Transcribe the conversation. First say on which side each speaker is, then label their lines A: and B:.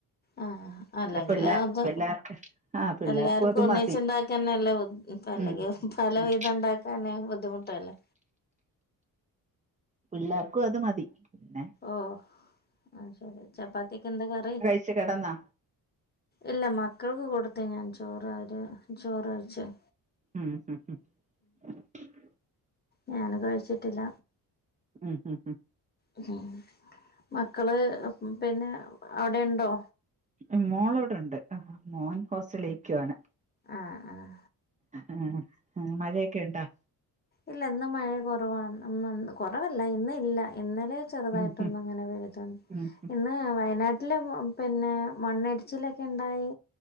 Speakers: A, on the left; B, on the right.
A: ആഹ് അല്ലെങ്കില്
B: ഇവിടെ പിള്ളേ
A: അത്
B: പിള്ളേർക്ക് ആ പിള്ളേർക്കും
A: എല്ലാർക്കും
B: അത്
A: ഒന്നച്ച്
B: മതി
A: ഉണ്ടാക്ക തന്നെ നല്ലത് ഇപ്പ അല്ലെങ്കിൽ
B: ഉം
A: പല
B: ഉം
A: വിധം ഉണ്ടാക്കാന് ബുദ്ധിമുട്ടല്ലേ
B: പിള്ളേർക്കും അത് മതി പിന്നെ
A: ഓഹ് ആഹ് ശരി ചപ്പാത്തിക്കെന്താ കറി
B: ഇച്ചി കിടന്നാ
A: ഇല്ല മക്കൾക്ക് കൊടുത്ത ഞാൻ ചോറ്അവര് ചോറ്കഴിച്ച്-
B: ഉം മ്ഹ് -
A: ഞാന് കഴിച്ചിട്ടില്ല
B: ഉം ഉം ഉം
A: ഉം മക്കള് പിന്നെ അവിടെ ഉണ്ടോ
B: മ് മോളൊവ്ടുണ്ട് മോൻ ഹോസ്റ്റലിക്കുവാണ്
A: ആഹ ആഹാ
B: ആഹ് മഴയൊക്കെയുണ്ടാ?
A: ഇല്ല ഇന്ന് മഴ കൊറവാണ് ഇന്ന് കൊറവല്ല ഇന്നില്ല ഇന്നലെ ചെറ്തായിട്ടൊന്ന്ങ്ങനെ
B: ഉം ഉം
A: പെയ്ത്ണ്
B: ഉം
A: ഇന്ന് വയനാട്ടില് പ്പൊ പിന്നെ മണ്ണിടിച്ചിലൊക്കെണ്ടായി